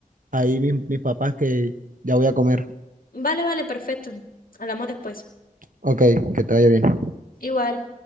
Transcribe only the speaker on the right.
ahí mis, mis papás que ya voy a comer.
Ok, que te vaya bien.